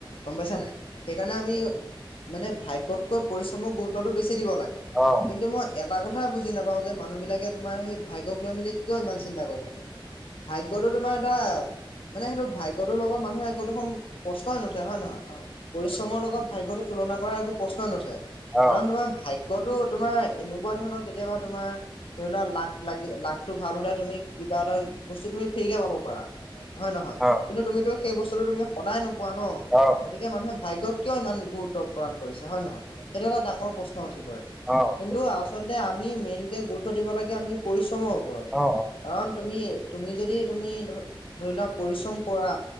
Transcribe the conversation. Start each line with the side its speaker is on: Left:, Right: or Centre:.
Left: গম পাইছা নাই। সেইকাৰণে আমি মানে ভাগ্যতকৈ পৰিশ্ৰমৰ গুৰুত্বটো বেছি দিব লাগে।
Centre: অ'।
Left: কিন্তু মই এটা কথাই বুজি নাপাও যে মানুহ বিলাকে তোমাৰ সেই ভাগ্যক লৈ মেলি কিয় ইমান চিন্তা কৰি থাকে? ভাগ্যটো তোমাৰ এটা, মানে সেইটো ভাগ্যটোৰ লগত মানুহে একো দেখুন প্ৰশ্নই নুঠে হয় নহয়? শ্ৰমৰ লগত ভাগ্যটো তুলনা কৰা একো প্ৰশ্নই নুঠে
Centre: অ
Left: কাৰণ তোমাৰ ভাগ গ্যটো তোমাৰ এনেকুৱা ধৰণৰ কেতিয়াবা তোমাৰ ধৰি লোৱা লাক লাগি লাকটো ভাল হলে তুমি, কিবা এটা বস্তু তুমি ফ্ৰী কে পাব পাৰা। হয় নহয়?
Centre: অ
Left: কিন্তু তুমিতো সেই বস্তুটো তুমি সদায় নোপোৱা ন?
Centre: অ'। হয়,
Left: গতিকে মানুহে ভাগ্য গুৰুত্ব প্ৰদান কৰিছে হয় নহয়, হয় সেইটো এটা ডাঙৰ প্ৰশ্ন উঠি পৰে।
Centre: অ'।
Left: কিন্তু আচলতে আমি মেইনকে গুৰুত্ব দিব লাগে আমি পৰিশ্ৰমৰ ওপৰত।
Centre: অ',
Left: কাৰণ তুমি-তুমি যদি তুমি ধৰি লোৱা পৰিশ্ৰম কৰা